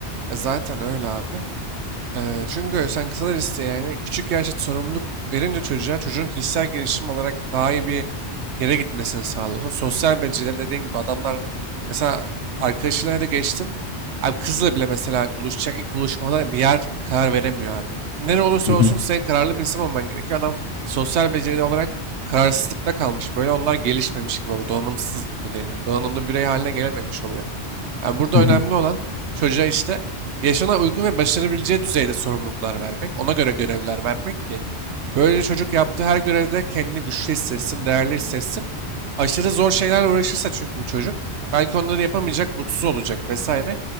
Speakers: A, on the right; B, on the left.
A: E zaten öyle abi. Eee, çünkü sen kısa liste yani küçük yaşta sorumluluk verince çocuğa çocuğun kişisel gelişim olarak daha iyi bir yere gitmesini sağlıyorsun. Sosyal beceriler dediğin gibi adamlar mesela arkadaşlarına da geçtim. Abi kızla bile mesela buluşacak ilk buluşmada bir yer karar veremiyor abi. Ne olursa
B: Hı
A: olsun
B: hı.
A: sen kararlı bir insan olman gerekiyor. Adam sosyal beceri olarak kararsızlıkta kalmış. Böyle onlar gelişmemiş gibi oluyor. Donanımsız mı denir? Donanımlı birey haline gelememiş oluyor. Yani burada
B: Hı
A: önemli
B: hı.
A: olan çocuğa işte yaşına uygun ve başarabileceği düzeyde sorumluluklar vermek, ona göre görevler vermek ki böylece çocuk yaptığı her görevde kendini güçlü hissetsin, değerli hissetsin. Aşırı zor şeylerle uğraşırsa çünkü bu çocuk belki onları yapamayacak, mutsuz olacak vesaire.